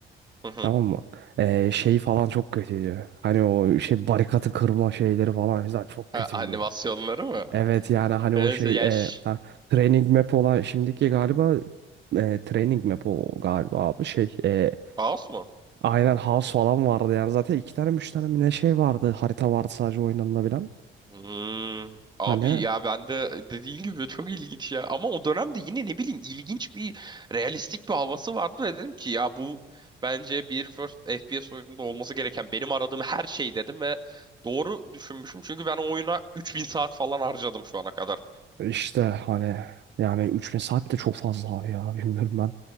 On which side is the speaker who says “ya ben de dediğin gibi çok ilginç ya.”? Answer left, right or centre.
Right